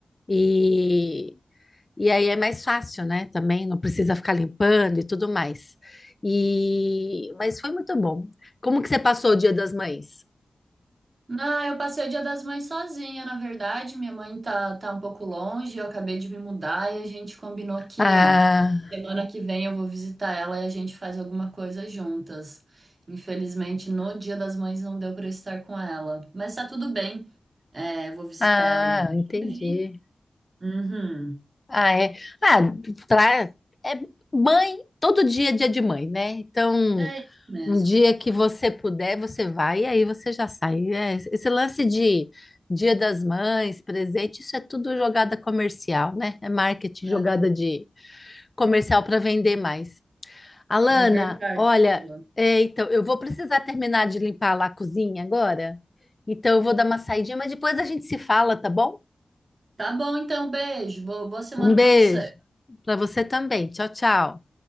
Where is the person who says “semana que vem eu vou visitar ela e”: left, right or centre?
Right